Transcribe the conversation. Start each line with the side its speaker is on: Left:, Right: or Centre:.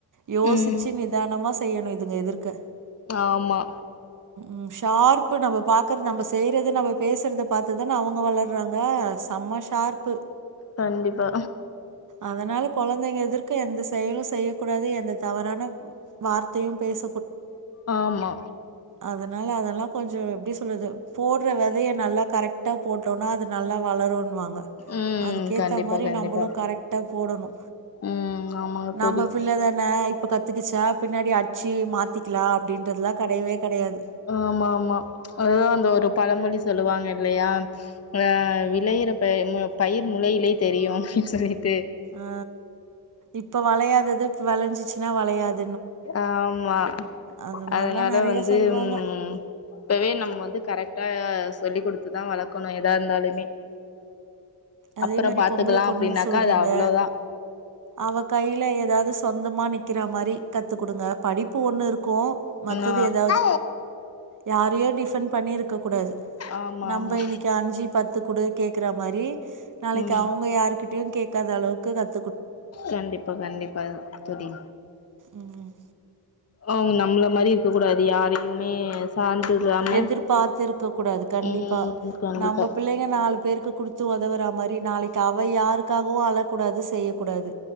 Right: இப்
Left: ம்
Right: ச்சி நிதானமா செய்யணு இதுங்க எதிர்க்க
Left: ஆமா
Right: ம் ஷார்பு நம்ப பாக்கறது நம்ப செய்றத நம்ப பேசுறத பாத்துதான அவங்க வளர்றாங்க செம ஷார்பு
Left: கண்டிப்பா
Right: அதனால கொழந்தைங்க எதிர்க்க எந்த செயலு செய்யக்கூடாது எந்த தவறான வார்த்தையு பேச
Left: ஆமா
Right: அதனால அதெல்லா கொஞ்சோ எப்டி சொல்றது போட்ற வெதைய நல்லா கரெக்டா போட்டோன்னா அது நல்லா வளரு ன்னுவாங்க
Left: ம்
Right: அதுக்கேத்த
Left: கண்டிப்பா
Right: மாரி
Left: கண்டிப்பா
Right: நம்பளு கரெக்டா போடணு
Left: ம் ஆமாங்க
Right: நம்ப
Left: தோழி
Right: பிள்ள தான இப்ப கத்துக்கிச்சா பின்னாடி அடிச்சி மாத்திக்கலா அப்டின்றதெல்லா கடையவே கடையாது
Left: ஆமா ஆமா அதுதா அந்த ஒரு பழமொழி சொல்லுவாங்க இல்லையா ஆ விளைையிற ப பயிர் முளையிலே தெரியு அப்டின்னு சொல்லிட்டு
Right: ஆ இப்ப வளையாதது இப்ப வளைஞ்சிச்சுன்னா வளையாது
Left: ஆமா
Right: அந்த மாரிலாம்
Left: அதனால
Right: நெறைய
Left: வந்து
Right: சொல்வாங்க.
Left: ம் இப்பவே நம்ம வந்து கரெக்ட் டா சொல்லி குடுத்துதா வளக்கணு எதா இருந்தாலுமே
Right: அதே
Left: அப்புறோ
Right: மாரி
Left: பாத்துக்கலா
Right: பொம்பள பொண்ணுன்னு
Left: அப்டின்னாக்கா
Right: சொல்றீங்க
Left: அது அவ்ளோதா
Right: அவ கையில ஏதாவது சொந்தமா நிக்கிற மாரி கத்துக்குடுங்க படிப்பு ஒண்ணு இருக் கு மத்தது
Left: ஆ
Right: ஏதாவது யார்க் கூடயு டிஃபண்ட் பண்ணி இருக் ககூடாது
Left: ஆமா
Right: நம்ப
Left: ஆமா
Right: இன்னைக்கி அஞ்சு பத்து குடு கேட்கற மாரி நாளைக்கு
Left: ம்
Right: அவங்க யாருக்கிட் ட்யு கேக்காத அளவுக்கு கத்
Left: கண்டிப்பா கண்டிப்பா எதா தோழி
Right: ம்
Left: அவுங்க நம்ள மாரி இருக்க கூடாது யாரையுமே சார்ந்து இல்லாம
Right: எதிர்பாத்து இருக்க கூடாது கண்டிப்பா
Left: ம் கண்டிப்பா
Right: நம்ப பிள்ளைங்க நாலு பேருக்கு குடுத்து ஒதவறா மாரி நாளைக்கு அவ யாருக்காகவு அழக்கூடாது செய்யும் கூடாது